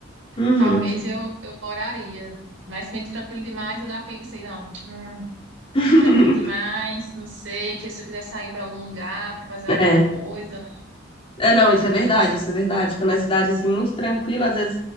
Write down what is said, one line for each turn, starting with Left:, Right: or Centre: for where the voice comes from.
Left: Uhum.
Right: Talvez eu, eu moraria. Mas se bem que tranquilo demais, eu já pensei, não, hum,
Left: <laughs>
Right: tranquilo demais, não sei, que se eu quiser sair para algum lugar, para fazer
Left: É.
Right: alguma coisa,
Left: É, não, isso é verdade,
Right: aí não sei.
Left: isso é verdade. Quando é cidade assim muito tranquila, às vezes